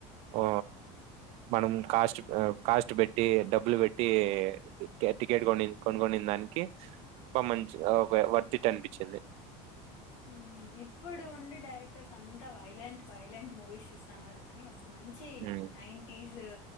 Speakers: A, on the right (about 45°); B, on the left (about 85°).
A: ఓ మనం కాస్ట్ కాస్ట్ పెట్టి డబ్ బుల్ వేట్టి కె టికెట్ కొనిన్ కొన్గొనిన్ దానికి బామన్చ్ అ ఒకే వర్తిట్ అనిపిచ్చింది
B: హుమ్ ఇప్పుడు ఉండి డైరెక్టర్స్ అంతా వైలెంట్ వైలెంట్ మూవీస్ ఇస్తన్నార్ కానీ ఒక మంచి
A: హ్మ్.
B: నైంటిస్